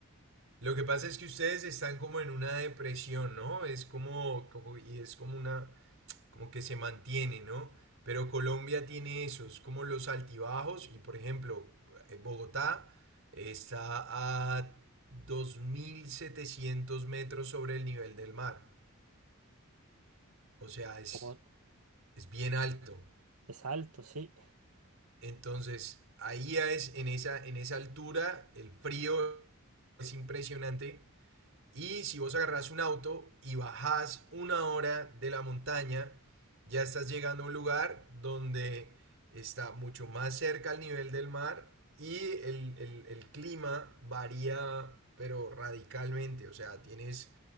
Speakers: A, on the right; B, on the right.
A: lo que pasa es que ustedes están como en una depresión, ¿no? Es como, como- y es como una, como que se mantiene, ¿no? Pero Colombia tiene esos, como los altibajos, y por ejemplo, eh, Bogotá está a 2.700 metros sobre el nivel del mar. O sea, es,
B: Bogot
A: es bien alto.
B: es alto, sí.
A: Entonces, ahí es en esa, en esa altura, el frío es impresionante. Y si vos agarrás un auto y bajás una hora de la montaña, ya estás llegando a un lugar donde está mucho más cerca al nivel del mar y el, el- el clima varía, pero radicalmente. O sea, tienes